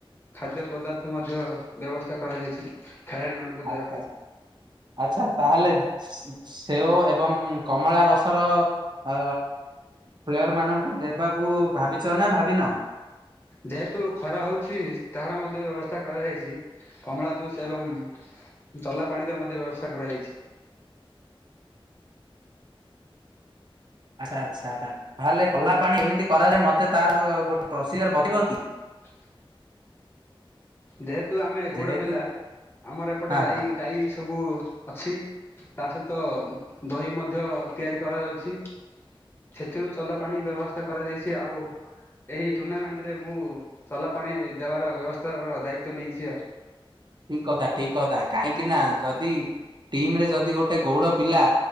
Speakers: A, on the left (about 25°); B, on the right (about 50°).
A: ଖାଦ୍ୟ ପଦାର୍ଥ ମଧ୍ୟ ବ୍ୟବସ୍ଥା କରାଯାଇଛି। ଖେଳାଳିମାନଙ୍କୁ ଦେବା
B: ଆଚ୍ଛା
A: ପାଇଁ।
B: ଆଚ୍ଛା ଆଚ୍ଛା ତାହଲେ ସେଓ ଏବଂ। କମଳା ରସର ଆ। ପ୍ଲେୟର ମାନଙ୍କୁ ଦେବାକୁ ଭାବିଛ ନା ଭାବିିନ?
A: ଯେହେତୁ ଖରା ହଉଛି ତାହାର ମଧ୍ୟ ବ୍ୟବସ୍ଥା କରାଯାଇଛି। କମଳା ଜୁସ୍ ଏବଂ।
B: ଆଚ୍ଛା
A: ଚଲା ପାଣିର ମଧ୍ୟ ବ୍ୟବସ୍ଥା କରାଯାଇଛି।
B: ଆଛା ଆଚ୍ଛା ତାହେଲେ ଚଲା ପାଣି କେମିତି କରାଯାଏ ମତେ ତାର ଗୋଟେ ପ୍ରୋଷିକାର ବତେଇବ କି?
A: <unintelligible> ଯେହେତୁ ଆମେ ଗୌଡ଼
B: ଯେହେତୁ
A: ପିଲା ଆମର ଏପଟେ
B: ହଁ
A: ଗାଈ
B: ହଁ
A: ଗାଈ ସବୁ ଅଛି। ତା ସହିତ ଦହି ମଧ୍ୟ ତିଆରି କରାଯାଉଛି। ସେଥିରୁ ଚଲା ପାଣି ବ୍ୟବସ୍ଥା କରାଯାଇଛି ଆଉ। ଏଇ ଟୁର୍ଣ୍ଣାମେଣ୍ଟ ରେ ମୁଁ ଚଲା ପାଣି ଦେବାର ବ୍ୟବସ୍ଥାର ଦାୟିତ୍ୱ ନେଇଛି ଆଉ।
B: ଠିକ କଥା ଠିକ କଥା କାହିଁକି ନା ଯଦି ଟିମରେ ଯଦି ଗୋଟେ ଗୌଡ ପିଲା।